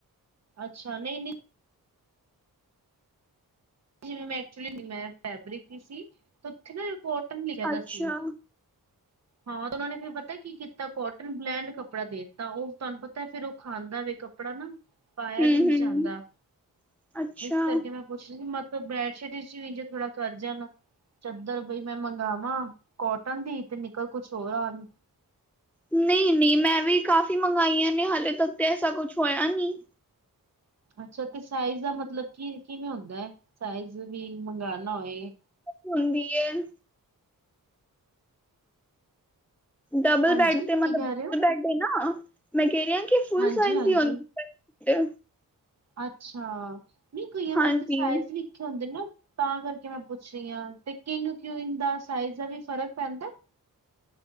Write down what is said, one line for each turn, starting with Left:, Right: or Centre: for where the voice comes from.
Right: ਅੱਛਾ, ਨਹੀਂ -ਨਹੀਂ। ਜਿਵੇਂ ਮੈਂ, ਐਕਚੁਲੀ ਮੈਂ ਫੈਬਰਿਕ ਹੀ ਸੀ ਤੇ ਉੱਥੇ ਨਾ ਕੋਟਨ ਲਿਖਿਆ
Centre: ਅੱਛਾ।
Right: ਦਾ ਸੀ। ਹਾਂ। ਉਹਨਾ ਨੇ ਫਿਰ ਪਤਾ ਕੀ ਕੀਤਾ? ਕੋਟਨ ਬਲੈਂਡ ਕੱਪੜਾ ਦੇ ਦਿੱਤਾ, ਉਹ ਤੁਹਾਨੂੰ ਪਤਾ ਫੇਰ ਉਹ ਖਾਂਦਾ ਵ ਕੱਪੜਾ ਨਾ ਪਾਇਆ
Centre: ਹਮ
Right: ਵੀ ਨਹੀਂ
Centre: ਹਮ
Right: ਜਾਂਦਾ,
Centre: ਅੱਛਾ।
Right: ਇਸ ਕਰਕੇ ਮੈਂ ਪੁੱਛ ਰਹੀ ਸੀ ਮਤਲਬ, ਬੈਡਸ਼ੀਟ ਚ ਵੀ ਜੇ ਥੋੜ੍ਹਾ ਕਰ ਜਾਣ। ਚਾਦਰ ਬਈ ਮੈਂ ਮੰਗਵਾਂ ਕੋਟਨ ਦੀ ਤੇ, ਨਿਕਲ ਕੁਛ ਹੋਰ ਆਵੇ।
Centre: ਨਹੀਂ -ਨਹੀਂ, ਮੈਂ ਵੀ ਕਾਫ਼ੀ ਮੰਗਾਈਆਂ ਨੇ ਹਾਲੇ ਤੱਕ ਤੇ ਐਸਾ ਕੁਛ ਹੋਇਆ ਨਹੀਂ।
Right: ਅੱਛਾ ਤੇ ਸਾਈਜ਼ ਦਾ ਮਤਲਬ ਕੀ, ਕਿਵੇਂ ਹੁੰਦਾ ਹੈ, ਸਾਈਜ਼ ਵੀ ਮੰਗਉਣਾ ਹੋਏ।
Centre: ਹੁੰਦੀ ਹੈ। ਡਬਲ
Right: ਹਾਂਜੀ
Centre: ਬੈਡ ਤੇ, ਮਤਲਬ
Right: ਕੀ ਕਹਿ ਰਹੇ ਹੋ
Centre: ਬੈਡ। ਨਾ- ਨਾ, ਮੈਂ ਕਿਹ ਰਹੀ ਕਿ ਫੁਲ
Right: ਹਾਂਜੀ
Centre: ਸਾਈਜ਼
Right: ਹਾਂਜੀ
Centre: ਦੀ ਹੁੰਦੀ ਹੈ।
Right: ਅੱਛਾ, ਨਹੀਂ ਕਈਆਂ
Centre: ਹਾਂਜੀ,
Right: ਵਾਰ ਤੇ ਸਾਈਜ਼ ਲਿਖੇ ਹੁੰਦੇ ਨਾ। ਤਾਂ ਕਰਕੇ ਮੈਂ ਪੁੱਛ ਰਹੀ ਹਾਂ ਤੇ, ਕਿੰਗ ਕਿਉਇਨ ਦਾ ਸਾਈਜ਼ ਦਾ ਵੀ ਫਰਕ ਪੈਂਦਾ?